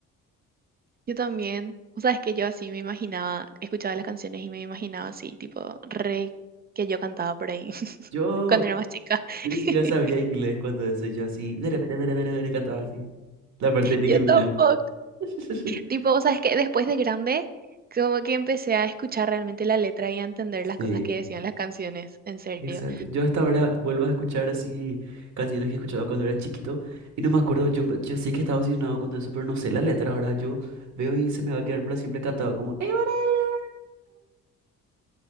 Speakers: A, on the right; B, on the right.
A: Yo también. O sea, es que yo así me imaginaba, escuchaba las canciones y me imaginaba así, tipo, re que yo cantaba por ahí <laughs>
B: Yo,
A: cuando era más chica.
B: yo
A: <laughs>
B: ni siquiera sabía inglés cuando eso, yo así, dere, dere, dere, dere, dere, cantaba así. La parte de Nicki
A: Yo
B: Minaj.
A: tampoco.
B: <laughs>
A: Tipo, o sea, es que después de grande, como que empecé a escuchar realmente la letra y a entender las
B: Sí.
A: cosas que decían las canciones, en serio.
B: Exacto. Yo hasta ahora vuelvo a escuchar así canciones que escuchaba cuando era chiquito y no me acuerdo, yo, yo sé que estaba obsesionado con todo eso, pero no sé la letra. Ahora yo veo y se me va a quedar para siempre cantado como... <laughs>